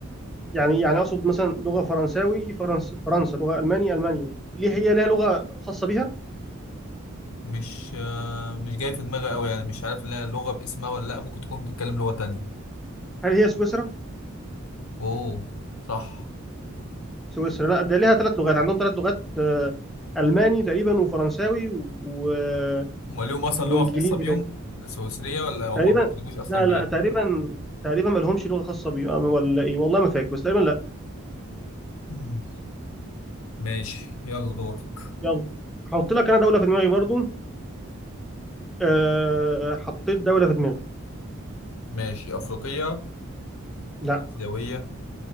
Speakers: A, in the centre; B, on the left.
A: يعني يعني أقصد مثلا لغة فرنساوي فرنسا فرنسا لغة ألماني ألمانيا ليه هي لها لغة خاصة بيها
B: مش آه، مش جاي في دماغي أوي يعني مش عارف لها لغة باسمها ولا لأ ممكن تكون بتتكلم لغة تانية
A: هل هي سويسرا
B: أوه صح
A: سويسرا لا ده لها ثلاث لغات عندهم ثلاث لغات آه، ألماني تقريبا وفرنساوي و... و-
B: هما ليهم أصلا
A: وإنجليزي
B: لغة خاصة بيهم
A: باين.
B: سويسرية ولا هما
A: تقريبا
B: ما بيتكلموش أصلا
A: لا
B: بيها
A: لا تقريبا تقريبا ما لهمش لغة خاصة بيهم ولا إيه والله ما فاكر بس تقريبا لا
B: مم. ماشي يلا دورك
A: يلا هحط لك أنا دولة في دماغي برضو أه حطيت دولة في دماغي
B: ماشي أفريقية
A: لا
B: آسيوية